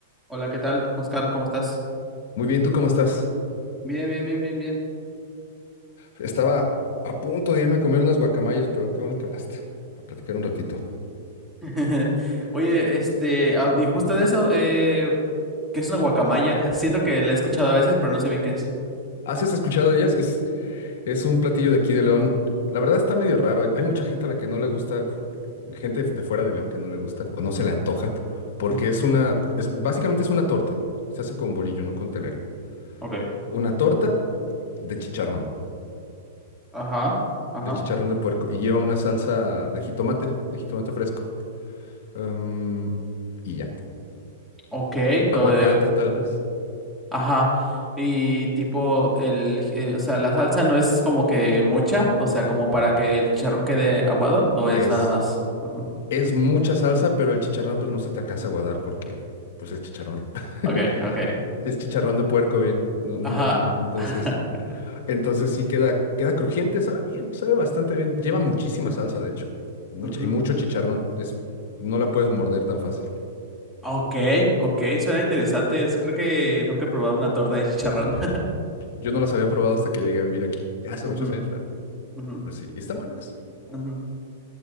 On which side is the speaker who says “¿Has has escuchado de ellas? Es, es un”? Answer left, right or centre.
Left